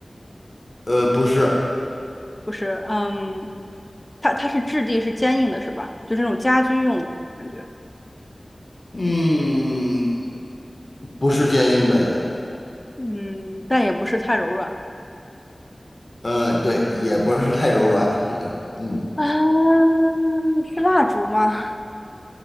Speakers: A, on the left; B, on the left.
A: 呃，不是，
B: 不是，嗯，它它是质地是坚硬的，是吧？就是那种家居用的感觉，
A: 嗯，不是坚硬的也。
B: 嗯，但也不是太柔软。
A: 嗯，对，也不是太柔软，<laughs> 嗯，
B: 啊，是蜡烛吗？